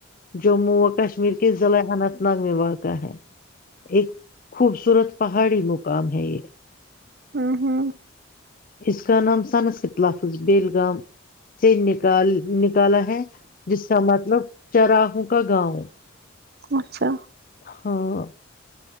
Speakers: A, on the left; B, on the right.
A: جموں و کشمیر کے ضلع اننت ناگ میں واقع ہے ایک خوبصورت پہاڑی مقام ہے یہ
B: ہوں ہاں
A: اس کا نام سنس کے تلفظ بیلگام سے ن نکالا ہے جس کا مطلب چراہوں کا گاؤں
B: اچھا
A: ہاں